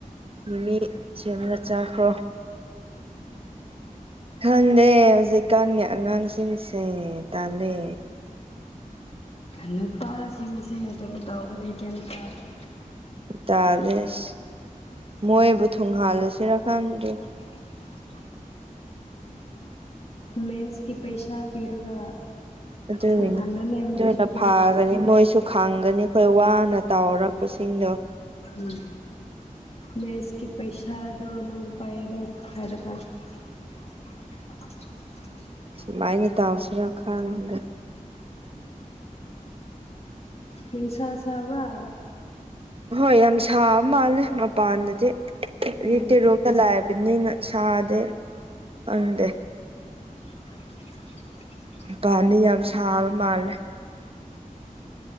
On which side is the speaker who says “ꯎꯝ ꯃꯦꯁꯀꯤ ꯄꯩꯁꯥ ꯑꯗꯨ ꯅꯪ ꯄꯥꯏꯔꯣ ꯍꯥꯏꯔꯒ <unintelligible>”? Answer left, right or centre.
Left